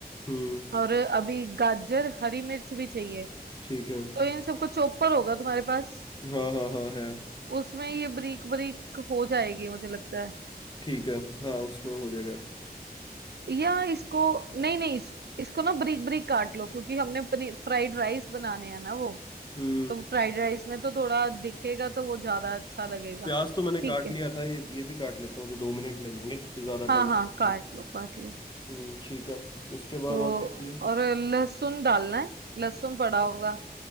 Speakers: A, on the left; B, on the right.
A: हम्म
B: और अभी गाजर हरी मिर्च भी चाहिए
A: ठीक है
B: तो इन सबको चॉपर होगा तुम्हारे पास
A: हाँ हाँ हाँ है
B: उसमें ये बारीक बारीक हो जाएगी मुझे लगता है
A: ठीक है हाँ उसमें हो जाएगा
B: या इसको नहीं नहीं इस, इसको ना बारीक बारीक काट लो क्योंकि हमने फ्राइड राइस बनाने हैं ना वो
A: हम्म
B: तो फ्राइड राइस में तो थोड़ा दिखेगा तो वो ज्यादा अच्छा लगेगा
A: प्याज तो मैंने
B: ठीक
A: काट
B: है
A: लिया था ये ये भी काट लेता हूँ तो दो मिनट लगेंगे कुछ ज़्यादा टाइम
B: हाँ
A: नहीं
B: हाँ
A: लगेगा
B: काट लो काट लो
A: हम्म ठीक है इसके बाद
B: तो
A: और क्या चाहिए
B: और लहसुन डालना है लहसुन पड़ा होगा